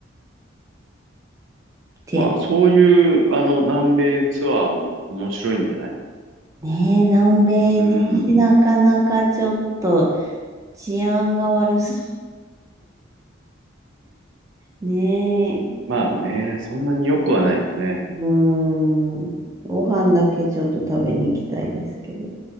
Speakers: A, on the right; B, on the right.
A: って。
B: まあ、そういう、あの、南米ツアーも面白いんじゃない
A: ねえ、南米ね、
B: うん。
A: なかなかちょっと治安が悪そう。<laughs> ねえ、
B: まあね、そんなに良くはないよね。
A: うーん。ご飯だけちょっと食べに行きたいですけど。